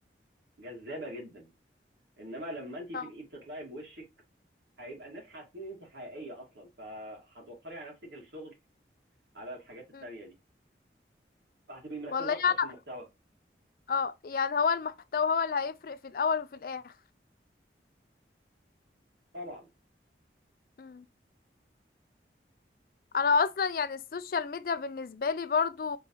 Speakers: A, on the right; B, on the left.
A: جذابه جدا انما لما انت تبقي
B: آه.
A: بتطلعي بوشك هيبقى الناس حاسين ان انت حقيقيه اصلا فهتوفري على نفسك الشغل على الحاجات التانيه
B: مم.
A: دي فهتبقي مركزه
B: والله
A: اكتر
B: يعني-
A: في المحتوى
B: اه يعني هو المحتوى هو اللي هيفرق في الاول وفي الاخر
A: طبعا
B: مم. انا اصلا يعني السوشيال ميديا بالنسبه لي برضو